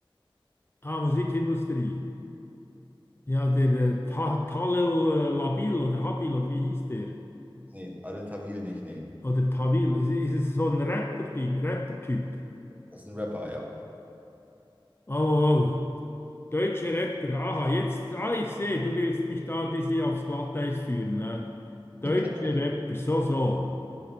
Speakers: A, on the left (about 25°); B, on the right (about 20°).
A: Ah, Musikindustrie. Ja, der äh, Ta Talel äh, Labil oder Habil oder wie hieß der?
B: Ne, Adel Tawil nicht, ne.
A: Oder Tawil. Ist, ist es so ein Rapper-Ding, Rapper-Typ?
B: Das ist ein Rapper, ja.
A: Oh, oh, oh. deutsche Rapper. Aha, jetzt, ah, ich sehe, du willst mich da ein bisschen aufs Glatteis führen. Ne? Deutsche
B: <laughs>
A: Rapper, so, so.